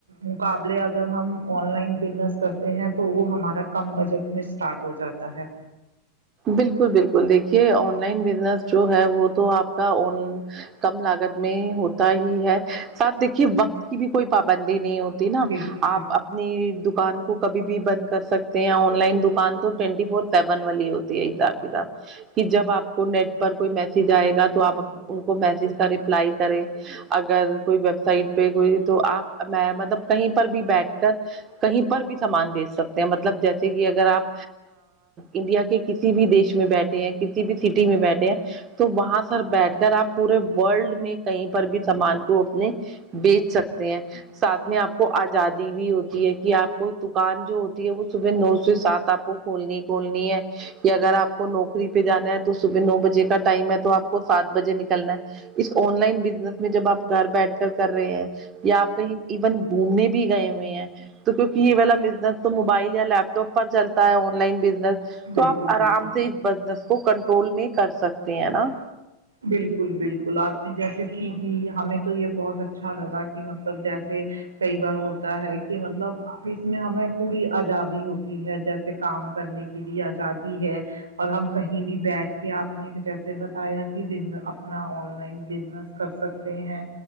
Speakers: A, on the right (about 70°); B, on the right (about 30°).
A: مقابلے اگر ہم آن لائن بزنس کرتے ہیں تو وہ ہمارا کم بجٹ میں اسٹارٹ ہو جاتا ہے
B: بالکل بالکل دیکھیے آن لائن بزنس جو ہے وہ تو آپ کا کم لاگت میں ہوتا ہی ہے ساتھ دیکھیے وقت کی بھی کوئی پابندی نہیں ہوتی نا
A: بالکل
B: آپ
A: بالکل
B: اپنے دکان کبھی بھی بند کر سکتے ہیں آن لائن دکان تو ٹوینٹی فور سیون والی ہوتی ہے حساب کتاب کہ جب آپ کو نیٹ پر کوئی میسج آئے گا تو آپ ان کو میسج کر ر پلائی کریں اگر کوئی ویب سائٹ پہ کوئی تو آپ میں مطلب کہیں پر بھی بیٹھ کر کہیں پر بھی سامان بیچ سکتے ہیں مطلب جیسے کہ اگر آپ انڈیا کے کسی بھی دیش میں بیٹھے ہیں کسی بھی سٹی میں بیٹھے ہیں تو وہاں پر بیٹھ کر آپ پورے والڈ میں کہیں پر بھی سامان کو اپنے بیچ سکتے ہیں ساتھ میں آپ کو آزادی بھی ہوتی ہے کہ آپ کو دکان جو ہوتی ہے وہ صبح نو سے سات آپ کو کھولنی کھولنی ہے اگر آپ کو نوکری پہ جانا ہے تو صبح نو بجے کا ٹائم ہے تو آپ کو سات بجے نکلنا ہے اس آن لائن بزنس میں جب آپ گھر بیٹھ کر کر رہے ہیں یا آپ کہیں ایون گھومنے بھی گئے ہوئے ہیں تو کیونکہ یہ والا بزنس تو موبائل یا لیپ ٹاپ پر چلتا ہے آن لائن بزنس تو
A: بالکل
B: آپ آرام
A: بالکل
B: سے اس بزنس کو کنٹرول میں کر سکتے ہیں نا
A: بالکل بالکل آپ نے جیسے سیکھیی ہمیں تو یہ بہت اچھا لگا کہ مطلب جیسے کئی بار ہوتا ہے کہ مطلب اس میں ہمیں پوری آزادی ہوتی ہے جیسے سے کام کرنے کی بھی آزادی ہے اور ہم کہیں بھی بیٹھ کے آپ نے جیسے بتایا ہی بزنس اپنا آن لائن بزنس کر سکتے ہیں